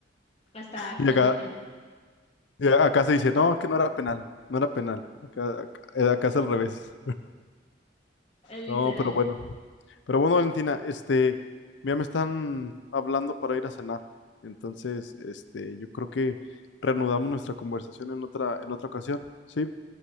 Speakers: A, on the left; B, on the left.
A: Hasta actualmente.
B: Y acá, y acá se dice, no, que no era penal, no era penal. Acá, acá, eh, acá es al revés.
A: Literal.
B: No, pero bueno. Pero bueno, Valentina, este, ya me están hablando para ir a cenar. Entonces, este, yo creo que reanudamos nuestra conversación en otra, en otra ocasión. Sí.